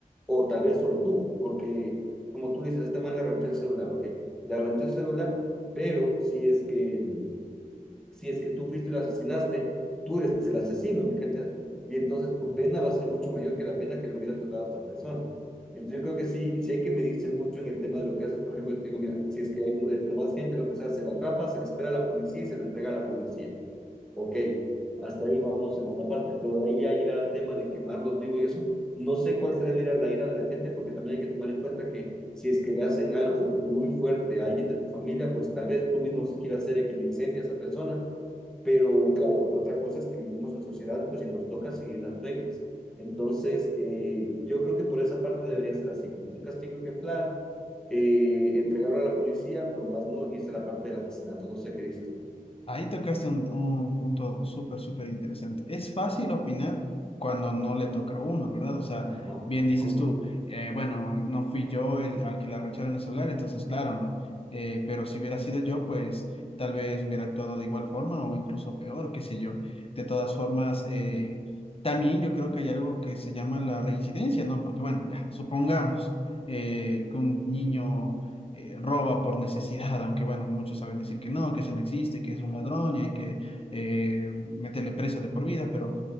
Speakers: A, in the centre; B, on the left.
A: o tal vez solo tú, porque como tú dices, este man le arranchó el celular, ok, le arranchó el celular, pero si es que, si es que tú fuiste y lo asesinaste, tú eres el asesino, ¿me cachas? Y entonces tu pena va a ser mucho mayor que la pena que le hubiera tocado a esta persona. Entonces yo creo que sí, sí hay que medirse mucho en el tema de lo que haces. Por ejemplo, yo te digo, mira, si es que hay entre más gente, lo que sea, se lo atrapa, se le espera a la policía y se lo entrega a la policía. Ok, hasta ahí vamos en una parte, pero de ahí ya llegar al tema de quemarlos vivos y eso, no sé cuál será el ira- la ira de la gente, porque también hay que tomar en cuenta que si es que le hacen algo muy fuerte a alguien de tu familia, pues tal vez tú mismo si quieras ser el que le incendia a esa persona, pero claro, pues otra cosa es que vivimos en sociedad, pues y nos toca seguir las reglas. Entonces, eh, yo creo que por esa parte debería ser así, como que un castigo ejemplar, eh, entregarlo a la policía, pero más no irse a la parte del asesinato, no sé qué dices tú.
B: Ahí tocaste un, un punto súper, súper interesante. Es fácil opinar cuando no le toca a uno, ¿verdad? O sea,
A: Ajá,
B: bien dices
A: justo.
B: tú, eh, bueno, no fui yo el al que la arrancharon el celular, entonces claro, no. Eh, pero si hubiera sido yo, pues tal vez hubiera actuado de igual forma o incluso peor, qué sé yo. De todas formas, eh, también yo creo que hay algo que se llama la reincidencia, ¿no? Porque bueno, ya, supongamos eh, que un niño eh, roba por necesidad, aunque bueno, muchos saben decir que no, que eso no existe, que es un ladrón y hay que eh, meterle preso de por vida, pero